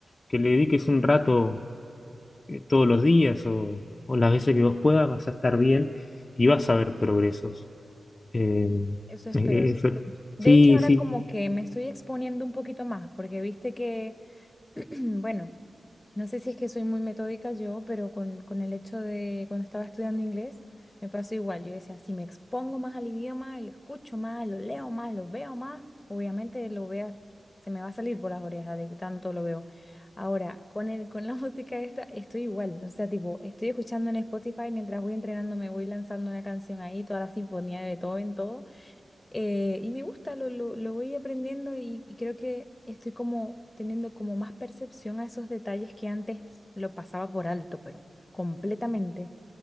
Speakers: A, on the left (about 40°); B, on the left (about 25°).
A: que le dediques un rato eh, todos los días o, o las veces que vos puedas, vas a estar bien y vas a ver progresos. Em,
B: Eso espero.
A: Eh, eh, Sí, eso es-
B: De
A: sí,
B: hecho, ahora
A: sí,
B: como que me estoy exponiendo un poquito más, porque viste que, <clears throat> bueno. No sé si es que soy muy metódica yo, pero con, con el hecho de cuando estaba estudiando inglés, me pasó igual. Yo decía, si me expongo más al idioma, lo escucho más, lo leo más, lo veo más, obviamente lo vea, se me va a salir por las orejas de que tanto lo veo. Ahora, con el, con la <laughs> música esta, estoy igual. O sea, tipo, estoy escuchando en Spotify mientras voy entrenando, me voy lanzando una canción ahí, toda la sinfonía de Beethoven, todo. Eh, y me gusta, lo, lo, lo voy aprendiendo y, y creo que estoy como teniendo como más percepción a esos detalles que antes lo pasaba por alto, pero completamente.